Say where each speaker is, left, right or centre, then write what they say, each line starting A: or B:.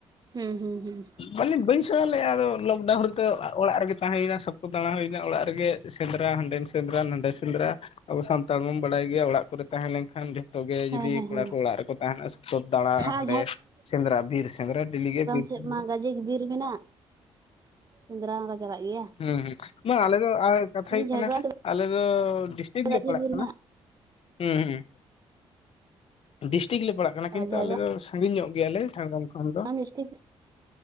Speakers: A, on the right (about 35°); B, on the left (about 55°).
A: ᱦᱩᱸ ᱦᱩᱸ ᱦᱩᱸ
B: ᱢᱟᱱᱮ ᱵᱟᱹᱧ ᱥᱮᱬᱟ ᱞᱮᱫᱼᱟ ᱟᱫᱚ ᱞᱚᱠᱰᱟᱣᱩᱱ ᱨᱮᱫᱚ ᱚᱲᱟᱜ ᱨᱮᱜᱮ ᱛᱟᱦᱮᱸ ᱦᱩᱭᱱᱟ ᱥᱚᱠᱛᱚ ᱫᱟᱬᱟ ᱦᱩᱭᱮᱱᱟ ᱚᱲᱟᱜ ᱨᱮ ᱜᱮ ᱥᱮᱸᱫᱽᱨᱟ ᱦᱟᱸᱰᱮᱱ ᱥᱮᱸᱫᱽᱨᱟ ᱱᱟᱸᱰᱮ ᱥᱮᱸᱫᱽᱨᱟ ᱟᱵᱚ ᱥᱟᱱᱛᱟᱲ ᱢᱟᱢ ᱵᱟᱲᱟᱭ ᱜᱮᱭᱟ ᱚᱲᱟᱜ ᱠᱚᱨᱮ ᱛᱟᱦᱮᱸ ᱞᱮᱱ ᱠᱷᱟᱱ ᱜᱮ ᱡᱚᱛᱚ ᱜᱮ
A: ᱦᱮᱸ
B: ᱡᱩᱫᱤ
A: ᱦᱮᱸ
B: ᱠᱚᱲᱟ
A: ᱦᱮᱸ
B: ᱠᱚ ᱚᱲᱟᱜ ᱨᱮᱠᱚ ᱛᱟᱦᱮᱱᱟ ᱥᱚᱵ ᱫᱟᱬᱟ
A: ᱟᱨ
B: ᱚᱸᱰᱮ ᱥᱮᱸᱫᱽᱨᱟ ᱵᱤᱨ ᱥᱮᱸᱫᱽᱨᱟ ᱰᱮᱞᱤ ᱜᱮ ᱵᱤᱨ
A: ᱪᱮᱫ
B: ᱥᱮᱸᱫᱽᱨᱟ
A: ᱢᱟ ᱜᱟᱡᱮ ᱜᱤ ᱵᱤᱨ ᱢᱮᱱᱟᱜ, ᱥᱮᱸᱫᱽᱨᱟ ᱢᱟᱠᱚ ᱪᱟᱞᱟᱜ ᱜᱮᱭᱟ᱾
B: ᱦᱮᱸ ᱦᱮᱸ ᱵᱟᱝ ᱟᱞᱮ ᱫᱚ ᱟᱨ ᱠᱟᱛᱷᱟ ᱦᱩᱭᱩᱜ
A: ᱡᱷᱟᱲᱜᱨᱟᱢ
B: ᱠᱟᱱᱟ ᱟᱞᱮ ᱫᱚ ᱰᱤᱥᱴᱤᱠ
A: ᱥᱮᱫ
B: ᱞᱮ
A: ᱜᱟᱡᱮ
B: ᱯᱟᱲᱟᱜ
A: ᱵᱤᱨ
B: ᱠᱟᱱᱟ᱾
A: ᱢᱮᱱᱟᱜ
B: ᱦᱮᱸ ᱦᱩᱸ ᱰᱤᱥᱴᱤᱠ ᱞᱮ ᱯᱟᱲᱟᱜ ᱠᱟᱱᱟ ᱠᱤᱱᱛᱩ
A: ᱡᱷᱟᱲᱜᱨᱟᱢ
B: ᱟᱞᱮ ᱫᱚ ᱥᱟᱺᱜᱤᱧᱚᱜ ᱜᱮᱭᱟᱞᱮ ᱡᱷᱟᱲᱜᱟᱢ ᱠᱷᱚᱱ ᱫᱚ
A: ᱰᱤᱥᱴᱤᱠ